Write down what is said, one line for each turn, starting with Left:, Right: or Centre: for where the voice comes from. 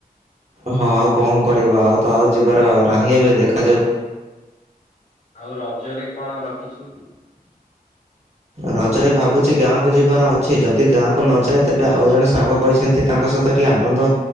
Right: ହଁ ଆଉ କଣ କରିବା ଆଉ ତ ଆଉ ଯିବାର ନାହିଁ ଏବେ ଦେଖାଯାଉ।
Left: ଆଉ ରଜରେ କଣ ରଖିଛନ୍ତି?
Right: ରଜରେ ଭାବୁଛି ଗାଁକୁ ଯିବାର ଅଛି। ଯଦି ଗାଁକୁ ନଯାଏ ତେବେ ଆଉ ଜଣେ ସାଙ୍ଗ କହିଛନ୍ତି ତାଙ୍କ ସହିତ ଟିକିଏ ଆନନ୍ଦ